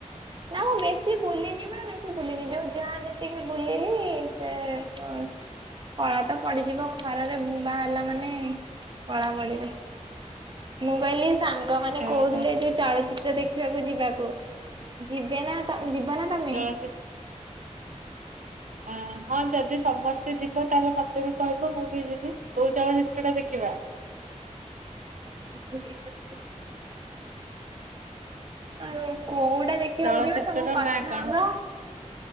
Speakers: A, on the right; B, on the right.
A: ନାଁ ମୁଁ ବେଶୀ ବୁଲିିନି ମ ବେଶୀ ବୁଲିିନି, ଯୋଉ ଯାହା ଯେତିକି ବୁଲିଲି ସେ କଣ କଳା ତ ପଡିଯିବ, ଖରାରେ ବାହାରିଲା ମାନେ କଳା ପଡିବେ। ମୁଁ କହିଲି ସାଙ୍ଗମାନେ
B: ଓହୋ।
A: କହୁଥିଲେ ଯୋଉ ଚଳଚିତ୍ର ଦେଖିବାକୁ ଯିବାକୁ, ଯିବେ ନା ଯିବ ନା ତମେ?
B: ଚଳଚି ଆ ହଁ ଯଦି ସମସ୍ତେ ଯିବ, ତାହେଲେ ମତେ ବି କହିବ ମୁଁ ବି ଯିବି। କୋଉ ଚଳଚିତ୍ର ଟା ଦେଖିବା?
A: <inaudible> ଆଉ କୋଉଟା ଦେଖିବାକୁ
B: ଚଳଚିତ୍ରର
A: ଯିବା ସବୁ କଥା
B: ନାଁ କଣ?
A: ହବା?